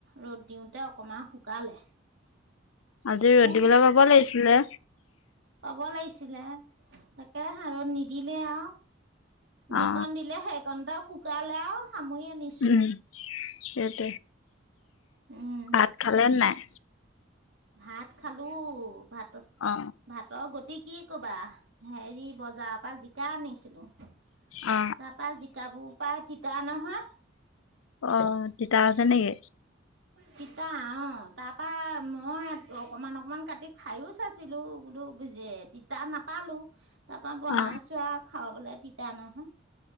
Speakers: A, on the right; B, on the left.
A: ৰ'দ দিওঁতে অকমান শুকালে
B: আজি ৰ'দ
A: হে
B: দিবলৈ পাব লাগিছিলে
A: পাব লাগিছিলে তাকে সাৰত নিদিলে আৰু যিকণ
B: অ
A: দিলে সেইকণটা শুকালে আৰু সামৰি আনিছো।
B: উম সেইট
A: উম,
B: ভাত খালে নাই
A: ভাত খালো ভাত
B: অ
A: ভাতৰ গট তু কি কবা হেৰি বজাৰৰ পৰা জিকা আনিছিলো তাৰপা
B: অ
A: জিকাবোৰ পাই তিতা নহয়
B: অ তিতা আছে নেকি
A: তিতা অ তাৰপা মই অকমান অকমান কাটি খাইও চাইছিলো বোলো ব যে তিতা নাপা ালো তাৰ পৰাা বনাইছো
B: অ
A: আৰু খাবাবলে তিতা নহয়